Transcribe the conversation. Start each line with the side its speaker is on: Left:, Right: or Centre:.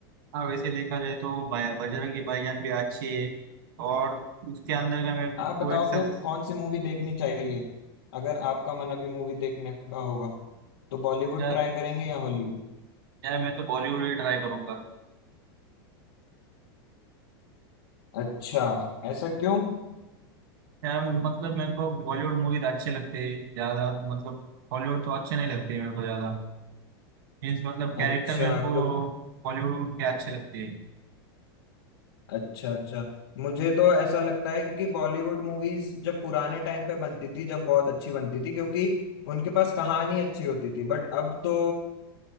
Right: हाँ वैसे देखा जाए तो भाई- बजरंगी भाईजान भी अच्छी है और उसके अंदर का मेरे
Left: आप बताओ
Right: को एक सब
Left: फिर कौन सी मूवी देखनी चाहिए अगर आपका मन अभी मूवी देखने का होगा तो बॉलीवुड
Right: यार
Left: ट्राई करेंगे या हॉलीवुड
Right: यार मैं तो बॉलीवुड ही ट्राई करूंगा
Left: अच्छा ऐसा क्यों
Right: यार मतलब मेरे को बॉलीवुड मूवीज अच्छे लगते हैं ज्यादा मतलब हॉलीवुड तो अच्छे नहीं लगते मेरे को ज्यादा मीन्स मतलब कैरेक्टर
Left: अच्छा
Right: मेरे को
Left: क्यों
Right: बॉलीवुड के अच्छे लगते हैं
Left: अच्छा अच्छा मुझे तो ऐसा लगता है कि बॉलीवुड मूवीज जब पुराने टाइम पे बनती थी जब बहुत अच्छी बनती थी क्योंकि उनके पास कहानी अच्छी होती थी बट अब तो